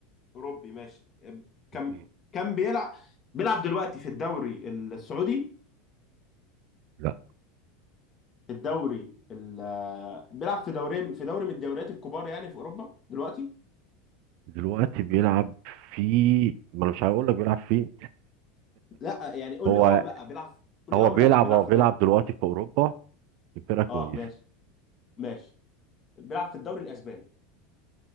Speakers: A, on the left; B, on the right.
A: اوروبي ماشي إيه، كان
B: مم.
A: كان بيلعب بيلعب دلوقتي في الدوري السعودي
B: لا
A: في الدوري ال... آه، بيلعب في دوري في دوري من الدوريات الكبار يعني في اوروبا دلوقتي
B: دلوقتي بيلعب في ما أنا مش هقول لك بيلعب فين
A: لا يعني قول
B: هو
A: لي اه ولا بيلعب قول
B: هو
A: لي اه ولا
B: بيلعب
A: بيلعب
B: هو
A: في
B: بيلعب
A: دوري
B: دلوقتي في أوروبا في فرقة كويسة
A: اه ماشي ماشي بيلعب في الدوري الاسباني